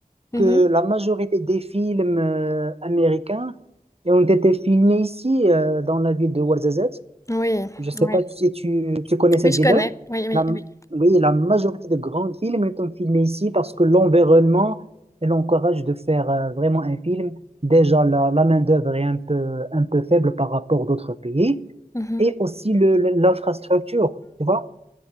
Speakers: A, on the left (about 20°); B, on the right (about 45°).
A: Mhm.
B: que la majorité des films euh, américains ont été filmés ici euh, dans la ville de Ouarzazate.
A: Oui,
B: Je sais
A: oui.
B: pas si tu, tu connais cette
A: Oui, je
B: ville-là.
A: connais. Oui, oui,
B: La-
A: oui.
B: oui, la majorité de grandes films sont filmés ici parce que l'environnement elle encourage de faire euh, vraiment un film. Déjà, la, la main-d'œuvre est un peu, un peu faible par rapport à d'autres pays
A: Mhm.
B: et aussi le, le- l'infrastructure, tu vois?